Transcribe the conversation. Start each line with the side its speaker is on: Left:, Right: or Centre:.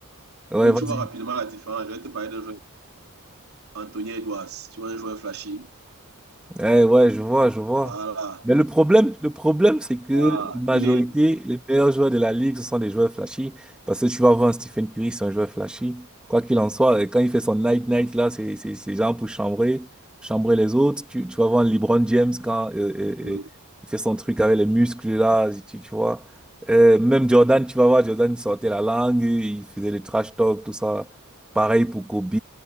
Centre: Ouais,
Right: oui,
Centre: vas-y.
Right: tu vois rapidement la différence. Je vais te parler d'un joueur. Anthony Edwards, tu vois, un joueur flashy.
Centre: Eh ouais, je vois, je vois.
Right: Voilà.
Centre: Mais le problème, le problème, c'est que
Right: Ah,
Centre: la majorité,
Right: il est.
Centre: les meilleurs joueurs de la ligue, ce sont des joueurs flashy. Parce que tu vas voir un Stephen Curry, c'est un joueur flashy. Quoi qu'il en soit, et quand il fait son night night là, c'est c'est c'est genre pour chambrer, chambrer les autres. Tu tu vas voir un LeBron James quand euh, euh,
Right: Oui.
Centre: euh, il fait son truc avec les muscles là, tu tu vois. Euh, même Jordan, tu vas voir Jordan, il sortait la langue, il faisait le trash talk, tout ça. Pareil pour Kobe.